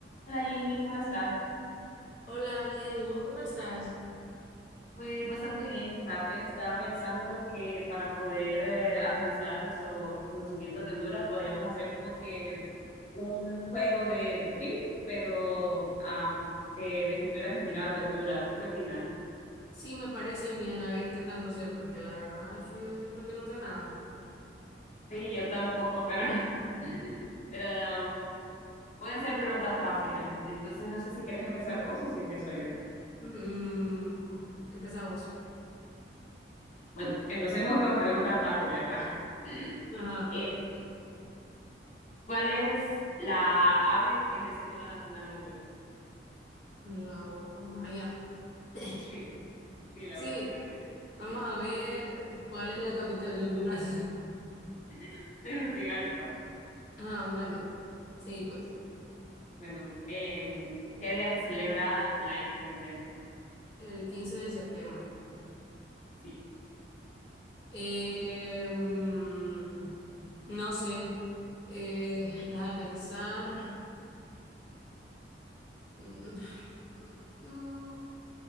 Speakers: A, on the left; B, on the left.
A: Hola Jamie, ¿cómo estás?
B: Hola, bien, ¿y vos cómo estás?
A: Pues bastante bien, fíjate, estaba pensando que para poder eh, afianzar nuestros conocimientos de Honduras podríamos hacer como que un juego de, de trivia, pero ah, de, de cultura general de Honduras. ¿Qué opinas?
B: Sí, me parece bien, a ver qué tanto sé, porque la verdad es que yo siento que no sé nada.
A: Sí, yo tampoco, pero, <laughs> pero no, pueden ser preguntas fáciles. Entonces no sé si quieres empezar vos o si empiezo yo.
B: Mm, empezamos.
A: Bueno, empecemos con preguntas fáciles, va. <laughs>
B: Ajá,
A: Eh, ¿Cuál es la ave que es el símbolo nacional de Honduras?
B: la guacamaya. <laughs>
A: Sí, sí, la
B: Sí,
A: guacamaya.
B: vamos
A: Sí,
B: a ver cuál es la capital de Honduras. <laughs>
A: <laughs> Tegucigalpa.
B: Ah, bueno, sí, pues,
A: Bueno, eh, em, ¿qué día se celebra la independencia?
B: el quince de septiembre.
A: Sí,
B: Eh, mm, no sé, eh, déjame pensar. Mm, Mm,